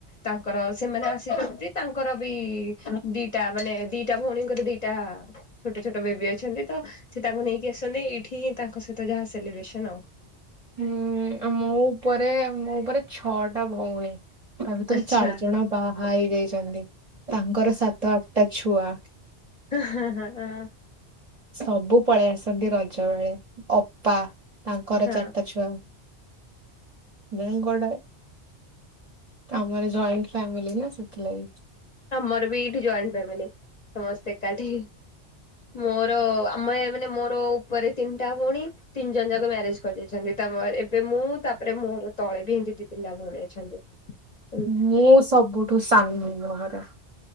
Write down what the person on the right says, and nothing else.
ହୁଁ, ଆଉ ମୋ ଉପରେ ମୋ ଉପରେ ଛଅଟା ଭଉଣୀ। ତା ଭିତରୁ
ଚାରି ଜଣ ବାହା ହେଇଯାଇଛନ୍ତି, ତାଙ୍କର ସାତ ଆଟା ଛୁଆ।
ସବୁ ପଳେଇ ଆସନ୍ତି ରଜ ବେଳେ, ଅପା ତାଙ୍କର
ଚାଟା ଛୁଆ। ବେ କୋଡେ ଆମର ଜଏଣ୍ଟ ଫାମିଲି ନା ସେଥିଲାଗି।
ମୁଁ ସବୁଠୁ ସାନ ଘରେ।